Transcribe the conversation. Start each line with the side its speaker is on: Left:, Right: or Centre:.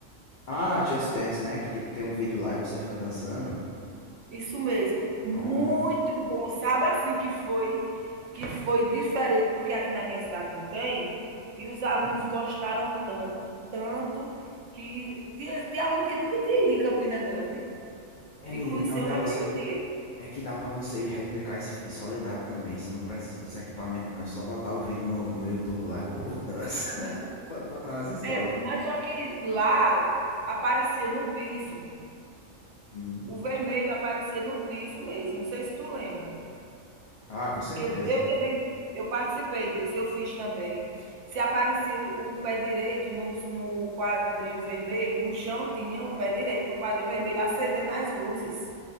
Left: Ah, Just Dance, né? Que tipo, tem um vídeo lá e você fica dançando.
Right: Isso mesmo,
Left: Pronto.
Right: muito bom. Sabe assim que foi que foi diferente, porque aqui na minha cidade não tem, e os alunos
Left: Uhum.
Right: gostaram tanto, tanto, que tinha, tinha aluno que nunca tinha ido em Campina Grande
Left: É, menina,
Right: e conheceu
Left: mas o negócio
Right: naquele
Left: aqui
Right: dia.
Left: É que dá pra você ir replicar esse em Soledade também. Você não precisa dos equipamentos, não. É só botar o vídeo no, no YouTube lá que o povo dança. <laughs> Pode botar nas escolas.
Right: É, mas só que lá aparecia no piso,
Left: Hum.
Right: o vermelho aparecia no piso mesmo, não sei se tu lembra.
Left: Ah, com certeza.
Right: Que eu, eu também eu participei disso, eu fiz também. Se aparecia o, o pé direito no, no quadrinho vermelho, no chão tinha o pé direito no quadrinho vermelho acendendo as luzes.